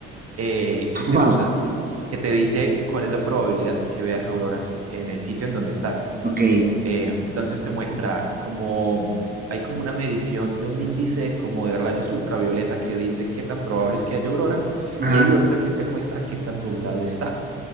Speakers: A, on the right; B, on the right.
A: eh,
B: <laughs>
A: que se
B: Wow.
A: usa que te dice cuál es la probabilidad de que veas auroras en el sitio en donde estás.
B: Ok.
A: Eh, entonces te muestra como, hay como una medición de un índice como de rayos ultravioleta que dice qué tan probable es que haya aurora
B: Ajá.
A: y hay otra que te muestra qué tan nublado está.